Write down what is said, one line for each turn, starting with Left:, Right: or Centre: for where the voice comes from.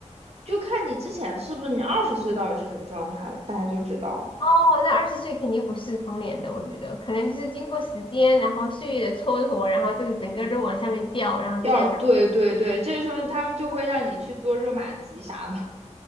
Right: 就看你之前是不是你二十岁到底是什么状态了，大家就知道了。
Left: 哦，那二十岁肯定不是方脸的，我觉得可能就是经过时间，然后岁月的蹉跎，然后这个整个都往下面掉，然后再加上。
Right: 要对对对，这时候他们就会让你去做热玛吉啥的。